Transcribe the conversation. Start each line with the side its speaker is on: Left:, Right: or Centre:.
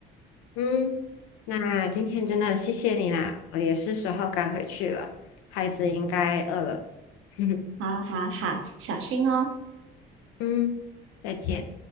Left: 嗯，那今天真的谢谢你啦，我也是时候该回去了，孩子应该饿了。<laughs>
Right: 好好好，小心哦。
Left: 嗯，再见。